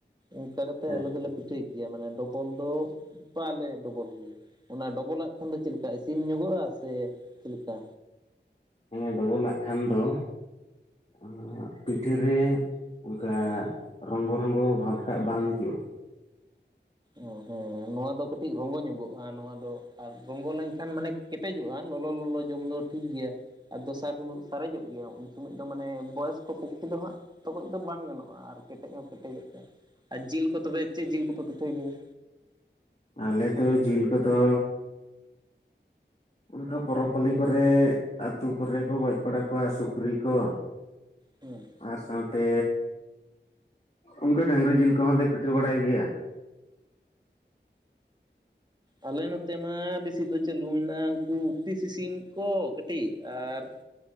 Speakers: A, on the right; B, on the left.
A: ᱚᱱᱠᱟ ᱠᱟᱛᱮᱜ
B: ᱦᱮᱸ
A: ᱟᱞᱮ ᱫᱚᱞᱮ ᱯᱤᱴᱷᱟᱭ ᱜᱮᱭᱟ ᱢᱟᱱᱮ ᱰᱚᱵᱚᱞ ᱫᱚ ᱵᱟᱞᱮ ᱰᱚᱵᱚᱞ ᱜᱮᱭᱟ। ᱚᱱᱟ ᱰᱚᱵᱚᱞᱟᱜ ᱠᱷᱟᱱ ᱫᱚ ᱪᱮᱫ ᱞᱮᱠᱟ ᱤᱥᱤᱱ ᱧᱚᱜᱚᱜᱼᱟ ᱥᱮ ᱪᱮᱫ ᱞᱮᱠᱟ?
B: ᱦᱮᱸᱰᱚᱵᱚᱞᱟᱜ ᱠᱷᱟᱱ ᱫᱚ ᱮᱸᱜ ᱯᱤᱴᱷᱟ ᱨᱮ ᱚᱱᱠᱟ ᱨᱚᱝᱜᱚ ᱨᱚᱝᱜᱚ ᱵᱷᱟᱵ ᱴᱟᱜ ᱵᱟᱝ ᱦᱤᱡᱩᱜ-ᱟ।
A: ᱚ ᱦᱮᱸ ᱱᱚᱣᱟ ᱫᱚ ᱠᱟᱴᱤᱡ ᱨᱚᱝᱜᱚ ᱧᱚᱜᱚ-ᱟ ᱱᱚᱣᱟ ᱫᱚ ᱟᱨ ᱨᱚᱸᱝᱜᱚ ᱞᱮᱱᱠᱷᱟᱱ ᱢᱟᱱᱮ ᱠᱮᱴᱮᱡᱚᱜᱼᱟ ᱞᱚᱞᱚ ᱞᱚᱞᱚ ᱡᱚᱢ ᱫᱚ ᱴᱷᱤᱠ ᱜᱮᱭᱟ। ᱟᱨ ᱫᱚᱥᱟᱨ ᱦᱤᱞᱳᱜ ᱥᱟᱨᱮᱡᱚᱜ ᱜᱮᱭᱟ ᱩᱱ ᱥᱚᱢᱳᱡ ᱫᱚ ᱢᱟᱱᱮ ᱵᱚᱭᱚᱥᱠᱚ ᱯᱚᱠᱠᱷᱤ ᱫᱚ ᱦᱟᱸᱜ ᱛᱚᱜᱚᱡ ᱫᱚ ᱵᱟᱝ ᱜᱟᱱᱚᱜᱼᱟ ᱟᱨ ᱠᱮᱴᱮᱡ ᱦᱚᱸ ᱠᱮᱴᱮᱡᱚᱜ ᱜᱮᱭᱟ ᱟᱨ ᱡᱤᱞ ᱠᱚ ᱛᱚᱵᱮ ᱪᱮᱫ ᱡᱤᱞ ᱠᱚᱯᱮ ᱯᱤᱴᱷᱟᱹᱭ ᱜᱮᱭᱟ?
B: ᱟᱞᱮ ᱫᱚ ᱡᱤᱞ ᱠᱚᱫᱚ ᱚᱱᱠᱟ ᱯᱚᱨᱚᱵᱽ ᱯᱟᱹᱞᱤ ᱠᱚᱨᱮ ᱟᱛᱩ ᱠᱚᱨᱮ ᱠᱚ ᱜᱚᱡ ᱵᱟᱲᱟ ᱠᱚᱣᱟ ᱥᱩᱠᱨᱤ ᱠᱚ᱾
A: ᱦᱮᱸ᱾
B: ᱟᱨ ᱥᱟᱶᱛᱮ ᱩᱱᱠᱟ ᱰᱟᱝᱨᱤ ᱡᱤᱞ ᱠᱚᱦᱚᱸᱞᱮ ᱯᱤᱴᱷᱟᱹ ᱵᱟᱲᱟᱭ ᱜᱮᱭᱟ᱾
A: ᱟᱞᱮ ᱱᱚᱛᱮ ᱢᱟ ᱵᱮᱥᱤ ᱫᱚ ᱪᱟᱹᱞᱩ ᱢᱮᱱᱟᱜᱼᱟ ᱩᱱᱠᱩ ᱫᱤᱥᱤ ᱠᱚ ᱠᱟᱹᱴᱤᱡ ᱟᱨ